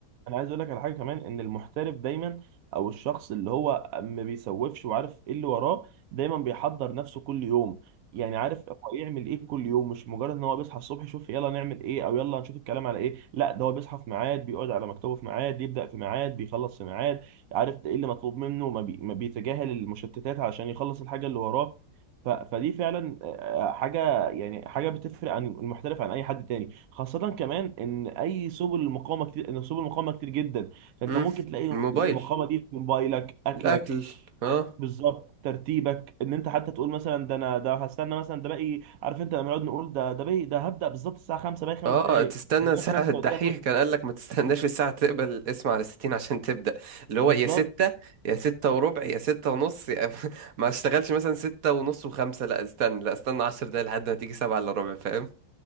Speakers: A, on the right (about 70°); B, on the right (about 55°).
A: انا عايز اقول لك على حاجه كمان ان المحترف دايما او الشخص اللي هو ما بيسوفش وعارف ايه اللي وراه دايما بيحضر نفسه كل يوم يعني عارف هو يعمل ايه كل يوم مش مجرد ان هو بيصحى الصبح يشوف يلا نعمل ايه او يلا نشوف الكلام على ايه لا ده هو بيصحى في ميعاد بيقعد على مكتبه في ميعاد يبدا في ميعاد بيخلص في ميعاد عارف ده ايه اللي مطلوب منه ما, بي... ما بيتجاهل المشتتات علشان يخلص الحاجه اللي وراه ف... فدي فعلا آه، حاجه يعني حاجه بتفرق عن المحترف عن اي حد تاني خاصه كمان ان اي سبل المقاومه كتير ان سبل المقاومه كتير جدا فانت
B: امم
A: ممكن تلاقي
B: الموبايل
A: المقاومه دي في موبايلك اكلك
B: الاكل اه
A: بالظبط ترتيبك ان انت حتى تقول مثلا ده انا ده هستنى مثلا ده باقي عارف انت لما نقعد نقول ده ده باقي ده هبدا بالظبط الساعه 5 باقي خمس
B: اه
A: دقائق
B: تستنى
A: لغايه
B: ساعة
A: 5
B: الدحيح
A: ودقيقه تقول
B: كان قال لك ما تستناش الساعة تقبل الاسم على 60 عشان تبدأ اللي هو
A: بالظبط
B: يا ستة يا ستة وربع يا ستة ونص يا <laughs> ما اشتغلش مثلا ستة ونص وخمسة لا استنى لا استنى 10 دقايق لحد ما تيجي سبعة الا ربع فاهم